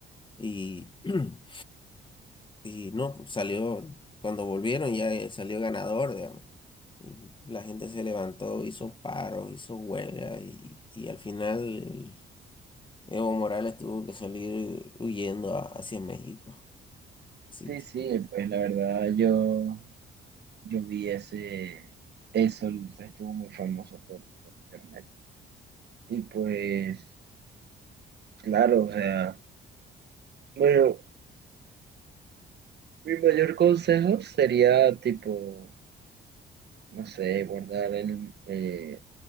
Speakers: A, on the left (about 25°); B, on the right (about 55°).
A: y. <clears throat> Y no, salió, cuando volvieron ya eh, salió ganador, digamos. Y la gente se levantó, hizo paros, hizo huelga y, y al final el Evo Morales tuvo que salir huyendo a- hacia México. Así
B: Sí,
A: que
B: sí, pues la verdad yo, yo vi ese, eso, estuvo muy famoso por, por internet. Y pues, claro, o sea, bueno, mi mayor consejo sería tipo, no sé, guardar el, eh,